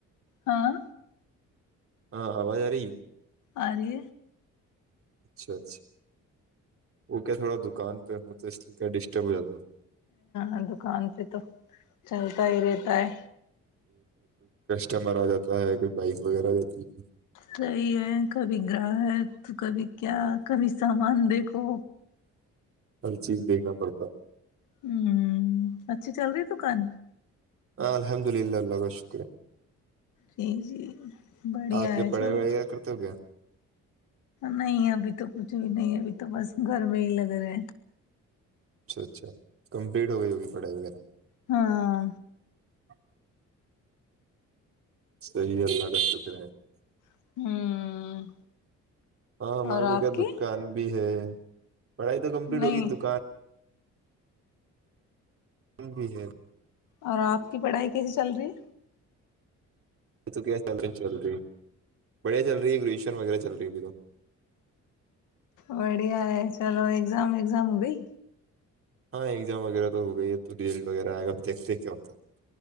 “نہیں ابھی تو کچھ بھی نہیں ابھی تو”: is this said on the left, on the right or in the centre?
Left